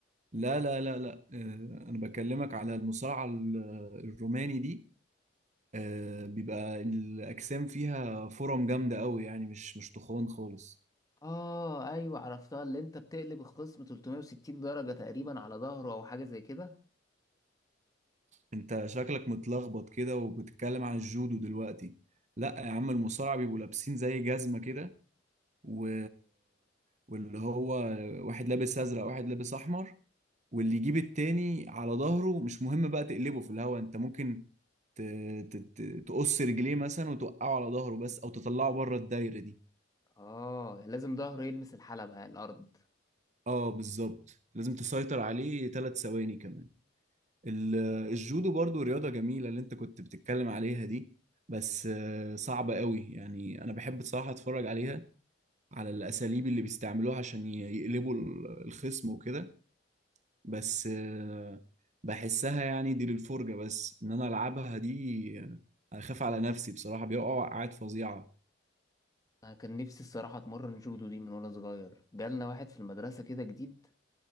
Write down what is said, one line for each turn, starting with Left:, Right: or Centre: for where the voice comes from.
Right: لا لا لا لا آه، أنا بكلمك على المصارعة ال- الروماني دي آه، بيبقى الأجسام فيها فرم جامدة قوي يعني مش مش تخون خالص
Left: اه ايوه عرفتها اللي انت بتقلب الخصم 360 درجة تقريبا على ظهره او حاجة زي كده
Right: انت شكلك متلخبط كده وبتتكلم عن الجودو دلوقتي لا يا عم المصارعة بيبقوا لابسين زي جزمة كده و... واللي هو واحد لابس أزرق واحد لابس أحمر واللي يجيب التاني على ظهره مش مهم بقى تقلبه في الهوا انت ممكن ت... ت... ت... تقص رجليه مثلا وتوقعه على ظهره بس او تطلعه بره الدايرة دي
Left: اه لازم ظهره يلمس الحلبة الارض
Right: اه بالظبط لازم تسيطر عليه ثلاث ثواني كمان ال- الجودو برضو رياضة جميلة اللي انت كنت بتتكلم عليها دي بس آه، صعبة قوي يعني انا بحب بصراحة اتفرج عليها على الاساليب اللي بيستعملوها عشان ي- يقلبوا ال- الخصم وكده بس آه، بحسها يعني دي للفرجة بس ان انا العبها دي آه، اخاف على نفسي بصراحة بيقعوا وقعات فظيعة
Left: انا كان نفسي الصراحه اتمرن جودو دي من وانا صغير جالنا واحد في المدرسه كده جديد